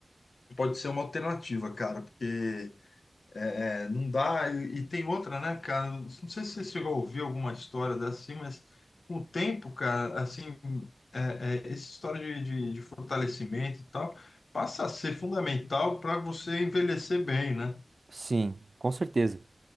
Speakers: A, on the left; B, on the right.
A: pode ser uma alternativa, cara, porque É, não dá. E, e tem outra, né, cara? Não sei se você chegou a ouvir alguma história dessa, assim, mas com o tempo, cara, assim, é, é, essa história de, de, de fortalecimento e tal passa a ser fundamental para você envelhecer bem, né?
B: Sim, com certeza.